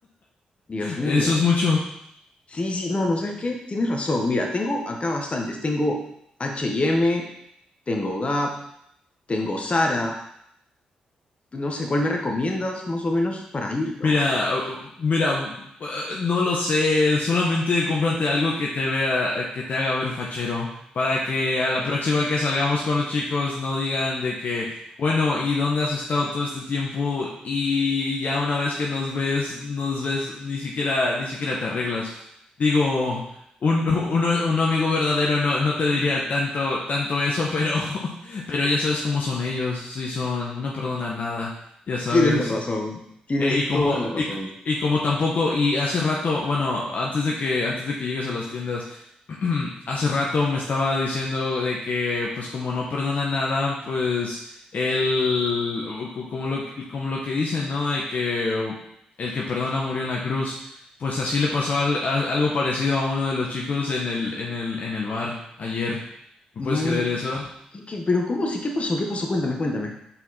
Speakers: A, on the left (about 40°); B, on the left (about 60°).
A: Dios mío.
B: Eso es mucho.
A: Sí, sí, no, no, ¿sabes qué? Tienes razón. Mira, tengo acá bastantes. Tengo H&M, tengo Gap, tengo Zara. No sé, ¿cuál me recomiendas más o menos para ir?
B: Mira,
A: Ay,
B: uh, mira, uh, no lo sé, solamente cómprate algo que te vea, que te haga ver fachero, para que a la próxima que salgamos con los chicos no digan de que, bueno, ¿y dónde has estado todo este tiempo? Y ya una vez que nos ves, nos ves, ni siquiera, ni siquiera te arreglas. Digo, un, un, un amigo verdadero no, no te diría tanto, tanto eso, pero, <laughs> pero ya sabes cómo son ellos, sí son, no perdonan nada. Ya sabes,
A: tienes la razón. Tienes
B: eh, y como,
A: toda la razón.
B: y, y como tampoco, y hace rato, bueno, antes de que, antes de que llegues a las tiendas, <clears throat> hace rato me estaba diciendo de que, pues como no perdona nada, pues el, co- como lo, como lo que dicen, ¿no? De que el que perdona murió en la cruz, pues así le pasó al- a- algo parecido a uno de los chicos en el, en el, en el bar ayer. ¿Me
A: No,
B: puedes creer eso?
A: ¿qué, qué? ¿Pero cómo sí? ¿Qué pasó? ¿Qué pasó? Cuéntame, cuéntame.